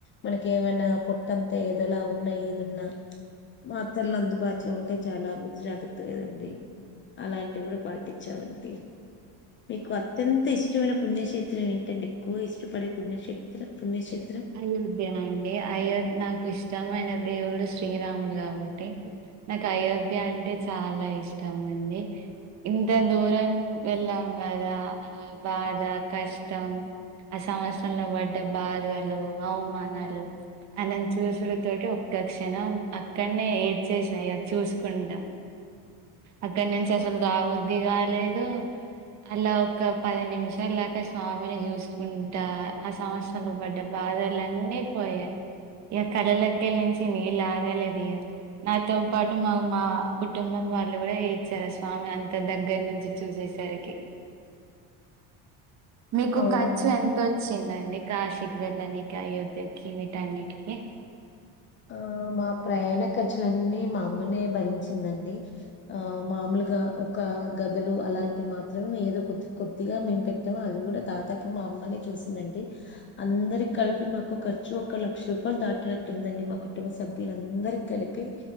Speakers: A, on the left (about 30°); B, on the right (about 40°).
A: మనకి ఏమైనా పొట్టంతా ఏదోలా ఉన్నా ఏదున్నా మాత్తర్లు అందుబాటులో ఉంటే చాలా ముందు జాగ్రత్త కదండి అలాంటివి కూడా పాటి ఇచ్చవంటే మీకు అత్యంత ఇష్టమైన పుణ్యక్షేత్రం ఏంటండి ఎక్కువ ఇష్టపడే పుణ్యక్షేత్రం పుణ్యక్షేత్రం
B: అయోధ్య అండి అయోధ్య నాకు ఇష్టమైన దేవుడు శ్రీరాముడు కాబట్టి నాకు అయోధ్య అంటే చాలా ఇష్టం అండి ఇంత దూరం వెళ్ళాం కదా బాధ కష్టం ఆ సంవత్సరంలో పడ్డ బాధ లో అవుమానాలు వాళ్లను చూసుడు తోటి ఒక్క క్షణం అక్కడనే ఏడ్చేసా ఇగ చూసుకుంటా అక్కడ నుంచి అసలు రాబుద్ది కాలేదు అలా ఒక పది నిమిషాలు దాకా స్వామిని చూసుకుంటా ఆ సంవత్సరంలో పడ్డా బాధలు అన్నీ పోయే ఇక కళ్ళల్లకెళ్లి నుంచి నీళ్ళు లాగాలేదు ఇగ నాతో పాటు మా మా కుటుంబం వాళ్ళు కూడా ఎడ్చారు స్వామి అంత దగ్గర నుంచి చూసేసరికి మీకు
A: అవునండి
B: ఖర్చు ఎంతొ ఇచ్చిందండి కాశీకి వెళ్ళానికి అయోధ్య కి వీటిఅన్నిటికి
A: ఆ మా ప్రయాణ ఖర్చులన్నీ మా అమ్మనే భరించిందండి ఆ మామూలుగా ఒక గదులు అలాంటివి మాత్రమే ఏదో కొద్ది కొద్దిగా మేము పెట్ మొత్తం అవి కూడా దాదాపు మా అమ్మనే చూసిందండి అందరికి కలిపి మాకు ఖర్చు ఒక లక్ష రూపాయలు దాటినట్టుందండి మాకు కుటుంబ సభ్యులందరికి కలిపి